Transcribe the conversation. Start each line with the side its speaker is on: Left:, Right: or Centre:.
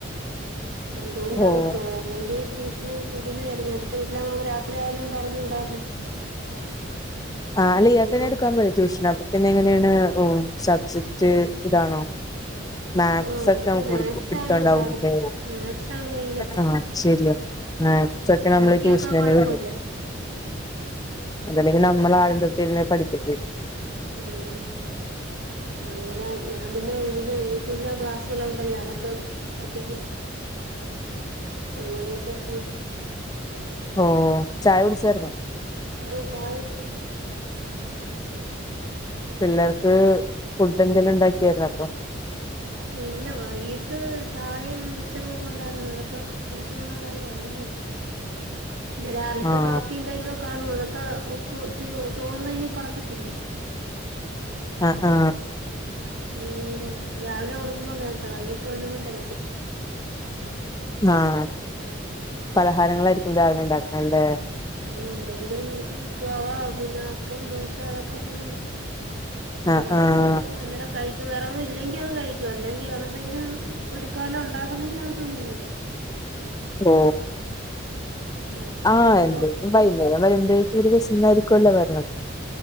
Right: അതൂണ്ടാ
Left: ഓഹ്
Right: വിട്ട് പോയത്- അല്ലെങ്കി ട്യൂഷന് വിടുന്നതായിരുന്നു അടുത്ത വീട്ടില നമുക്ക് രാത്രിയാലും പറഞ്ഞ് വിടാല്ലോ- <inaudible>
Left: ആഹ് അല്ലേ
Right: അല്ലേമ്മ
Left: ഇയാക്കെന്നെ എടുക്കാൻ പോയാ ട്യൂഷൻ അപ്പൊ പിന്നെ എങ്ങനെയാണ് സബ്ജെക്ട് ഇതാണോ? മാക്സ്
Right: ആഹ് ഓക്ക്
Left: ക്കെ
Right: മാത്സ്
Left: പിടിക്കും പിടുത്തവുണ്ടാവുലല്ലേ
Right: ആണ് പാട് മാത്സ് ആണ് ഭയങ്കര പാട്
Left: ആ അത് ശരിയ- മാത്‍സക്കെ
Right: ബാക്കിയൊക്കെ
Left: നമ്മള ട്യൂഷനെന്നേ
Right: കൊഴപ്പല്ല
Left: വിട അതല്ലെങ്കി നമ്മള് ആദ്യം തൊട്ടേ രിന്നേ പഠിക്കേ
Right: ഉം. അങ്ങനെ ഞാൻ പിന്നെ ഇതില് യൂട്യൂബിലെ ക്ലാസ്സുകള ഉണ്ടല്ലോ അതൊക്കെ പറ്റിക്കും. അങ്ങനെയൊക്കെ കൂടും
Left: ഓഹ് ചായകുടിചേർന്നൊ?
Right: അഹ് ചായ കുടിച്ചു.
Left: പിള്ളേർക്ക് ഫുഡ് എന്തെങ്കിലും ഉണ്ടാക്കിയായിരുന്നൊ ഇപ്പം.
Right: ഇല്ല വായി ട്ട് ചായേം മിച്ചറുവക്കെ ഉണ്ടാർന്നു അതൊക്കെ കുടിച്ചൊണ്ടരാൾ ഒറങ്ങിയത പിനെ രാവിലത്തെ
Left: ആഹ്
Right: കാപ്പി എന്തെങ്കിലും കാണോ അതൊക്കെ ഒക്കു തോന്നുന്നെങ്കി പർക്കി തിന്നു-
Left: അഹ് ആ
Right: അങ്ങനെണ്ട് രാവിലെ കൊടുക്കുമ്പോ വേണ്ട വയ്യിട്ട് വന്നങ്ങ് തെരക്കും.
Left: ആഹ് പലഹാരങ്ങളായിരിക്കും രാവിലെ ഉണ്ടാക്കാല്ലേ
Right: ഉം എന്തെങ്കിലും പോവാ പിന്നെ അപ്പം ദോശൊക്കെ തന്നെ ഉണ്ട്
Left: ആഹ്
Right: അതൊക്കെ
Left: ആഹ്
Right: ഉണ്ടങ്കി അന്നേരം കഴിക്ക വേറെ ഒന്നും ഇല്ലങ്കി അത് കഴിക്കും ഇല്ലെങ്കി വേറെ എന്തെങ്കിലും പൊരിയൊക്കെ ഉണ്ടാക്കുന്നതെങ്കി അതൊന്നും തിന്നില്ല
Left: ഓ
Right: ഉം അങ്ങനെയൊക്കെ
Left: ആഹ് എന്തായാലും വൈകുന്നേരം വരുമ്പോഴേക്ക് വിശന്നായിരിക്കുല്ലോ വരണത്